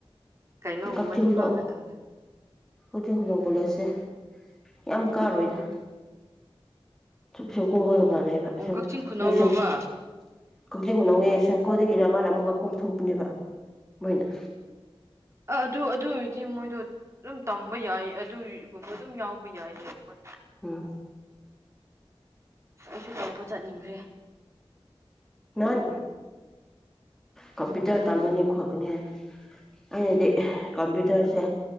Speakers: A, on the right (about 30°); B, in the centre.
A: ꯀꯩꯅꯣꯒꯨꯝꯕꯗꯤ
B: ꯀꯛꯆꯤꯡ ꯍꯨꯅꯧ
A: ꯄꯥꯎꯅ ꯇꯧꯗꯦ
B: ꯀꯛꯆꯤꯡ ꯈꯨꯅꯩ ꯀꯣꯂꯦꯖꯁꯦ ꯌꯥꯝ ꯀꯥꯔꯣꯏꯗ ꯆꯀꯣ ꯑꯣꯏ <inaudible> <inaudible> <unintelligible>
A: ꯑꯣ ꯀꯛꯆꯤꯡ ꯈꯨꯅꯧꯔꯣꯕ
B: ꯀꯣꯗꯒꯤꯅ ꯃꯥꯅ ꯑꯃꯨꯛꯀ ꯀꯣꯝꯊꯣꯛꯄꯅꯦꯕ ꯃꯣꯏꯅ
A: ꯑ ꯑꯗꯨ ꯑꯗꯨ ꯑꯣꯏꯔꯗꯤ ꯃꯣꯏꯗꯣ ꯑꯗꯨꯝ ꯇꯝꯕ ꯌꯥꯏ ꯑꯗꯨꯏ ꯒꯨꯨꯝꯕ ꯗꯨꯝ ꯌꯥꯎꯕ ꯌꯥꯏꯍꯦ ꯃꯣꯏ
B: ꯎꯝ
A: ꯑꯩꯁꯨ ꯇꯧꯕ ꯆꯠꯅꯤꯡꯗ꯭ꯔꯦ
B: ꯅꯍꯥꯟ ꯀꯝꯄꯨꯇꯔ ꯇꯝꯒꯅꯤ ꯈꯣꯠꯀꯅꯤꯅ ꯑꯩꯅꯗꯤ ꯀꯝꯄ꯭ꯌꯨꯇꯔꯁꯦ